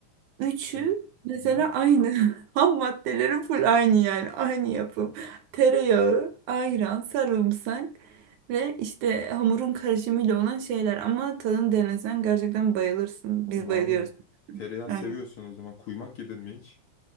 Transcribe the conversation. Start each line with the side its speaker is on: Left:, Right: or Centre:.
Right: Üçü
Left: E,
Right: mesela
Left: hı.
Right: aynı. <laughs> Ham maddeleri full aynı yani. Aynı yapım. Tereyağı, ayran, sarımsak ve işte hamurun karışımıyla olan şeyler. Ama tadını denesen gerçekten bayılırsın. Biz
Left: Vallahi
Right: bayılıyoruz.
Left: tereyağı seviyorsun
Right: Aynen.
Left: o zaman. Kuymak yedin mi hiç?